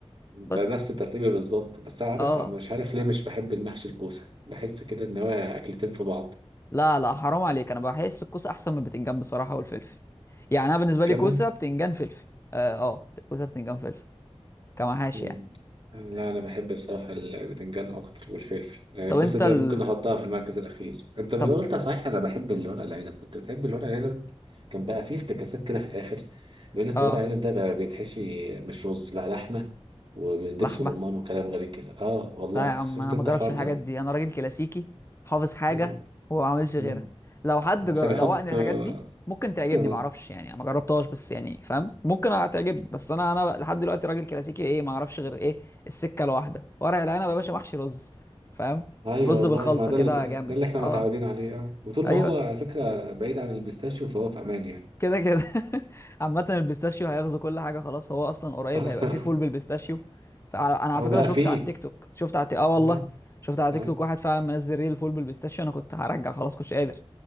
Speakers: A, on the right; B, on the left.
A: انت
B: بس
A: نفس ترتيبي بالظبط بس أنا عارف
B: اه
A: انا مش عارف ليه مش بحب المحشي الكوسه بحس كده ان هو اكلتين في بعض
B: لا لا حرام عليك انا بحس الكوسه احسن من البتنجان بصراحه والفلفل يعني انا بالنسبه
A: كمان
B: لي كوسه بتنجان فلفل اه اه كوسه بتنجان فلفل كمحاشي
A: مم.
B: يعني
A: لا انا بحب بصراحه البتنجان اكتر والفلفل يعني
B: طب
A: الكوسه
B: انت
A: دي
B: ال...
A: ممكن احطها في المركز الاخير انت ما
B: طب
A: قلت صحيح انا بحب الورق العنب كنت بتحب الورق العنب كان بقى فيه افتكاسات كده في الاخر بيقول لك
B: اه
A: الورق العنب ده بقى بيتحشي مش رز لا لحمه ودبس
B: لحمه
A: رمان وكلام غريب كده اه والله
B: لا يا عم
A: شفت
B: انا ما
A: انت
B: جربتش
A: الحوار
B: الحاجات
A: ده؟
B: دي انا راجل كلاسيكي حافظ حاجه
A: آه.
B: وما بعملش غيرها
A: مم.
B: لو حد
A: محتاج
B: جر...
A: احط
B: دوقني الحاجات
A: آه.
B: دي ممكن تعجبني
A: <laughs>
B: ما اعرفش يعني أنا ما جربتهاش بس يعني فاهم ممكن تعجبني بس انا انا لحد دلوقتي راجل كلاسيكي ايه ما اعرفش غير ايه السكه الواحده ورق العنب يا باشا محشي رز فاهم
A: ايوه
B: رز
A: والله
B: بالخلطه
A: ما ده
B: كده
A: اللي
B: جامد
A: ده اللي احنا
B: اه
A: متعودين عليه اه وطول
B: ايوه
A: ما هو على فكره بعيد عن البيستاشيو فهو في امان يعني
B: كده كده <laughs> عامة البيستاشيو هيغزو كل حاجة خلاص هو أصلا قريب
A: <laughs>
B: هيبقى فيه فول بالبيستاشيو فأنا أنا على
A: هو
B: فكرة
A: بقى
B: شفت
A: فيه
B: على التيك توك شفت على التيك... آه والله
A: اه
B: شفت على تيك
A: ايوه
B: توك واحد فعلا منزل ريل فول بالبيستاشيو أنا كنت هرجع خلاص كنتش قادر